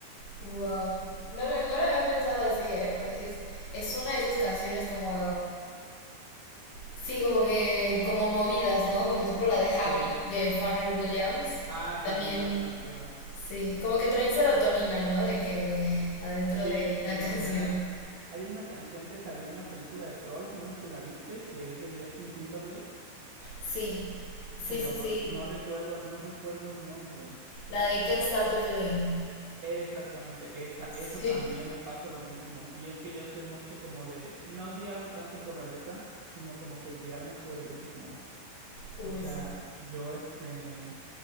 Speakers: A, on the left; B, on the right.
A: Wow. No, lo- no lo había pensado así, ¿eh? Pero sí, es, es una de esas canciones como Sí, como que, como movidas, ¿no? Como tipo la de
B: Sí.
A: Happy de Pharrell Williams.
B: Ah, sí,
A: También,
B: muy buena canción.
A: sí, como que traen serotonina, ¿no? De que adentro
B: Sí,
A: de
B: literal.
A: la <laughs> canción.
B: Hay una canción que salió en la película de Trolls, no sé si la viste, que es de Justin Timberlake,
A: Sí, sí,
B: pero
A: sí,
B: no,
A: sí.
B: re- no recuerdo, no recuerdo el nombre.
A: La de Can't Stop the Feeling.
B: Exactamente, esa,
A: Sí,
B: esa también me pasa lo mismo. Y es que yo soy mucho como de no guiarme tanto por la letra, sino como que guiarme por el ritmo.
A: uy,
B: O sea,
A: sí.
B: yo este,